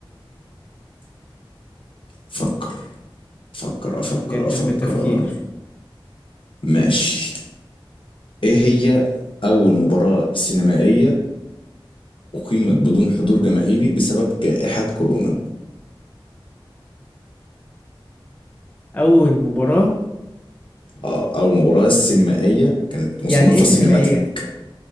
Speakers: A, on the left; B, on the left.
A: فكر فكر افكر
B: يتم
A: افكر
B: التفكير
A: ماشي ايه هي اول مباراة سينمائية أقيمت بدون حضور جماهيري بسبب جائحة كورونا
B: اول مباراة
A: آه، أو المباراة السينمائية كانت مصنفة
B: يعني ايه سينمائية
A: سينماتيك